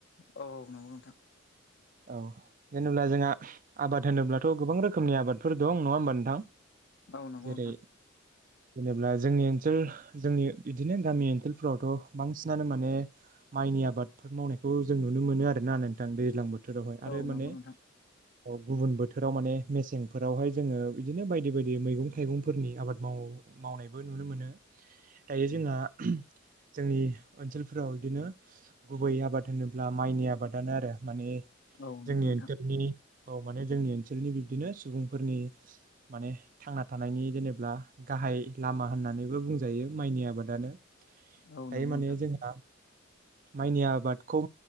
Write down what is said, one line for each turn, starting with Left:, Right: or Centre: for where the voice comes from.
Left: औ औ नंगौ नोंथां
Right: औ जेनेबा जोंहा आबाद होनोब्लाथ गोबां रोखोमनि आबादफोर दं नङा होमबा नोंथां
Left: औ नंगौ
Right: जेरै
Left: नोंथां
Right: जेनेल्बा जोंनि ओनसोल जोंनि बिदिनो गामि ओनसोल फोरावथ बांसिनानो माने माइनि आबादफोर मावनायखौ जों नुनो मोनो आरोना नोंथां दैज्लां बोथोरावहाय आरो
Left: औ नंगौ
Right: माने
Left: नोंथां
Right: औ गुबुन बोथोराव माने मेसेंफोरावहाय जोङो बिदिनो बायदि बायदि मैगं थाइगंफोरनि आबाद मावो मावनायबो नुनो मोनो दायो जोंहा जोंनि ओनसोलफोराव बिदिनो गुबै आबाद होनोब्ला माइनि आबादानो आरो माने
Left: औ
Right: जोंनि
Left: नंगौ नोंथां
Right: ओनसोलनि औ माने जोंनि ओनसोलनि बिब्दिनो सुबुंफोरनि माने थांना थानायनि जेनेबा गाहाय लामा होननानैबो बुंजायो माइनि आबादानो दायो
Left: औ नंगौ नोंथां
Right: माने जोंहा माइनि आबादखौ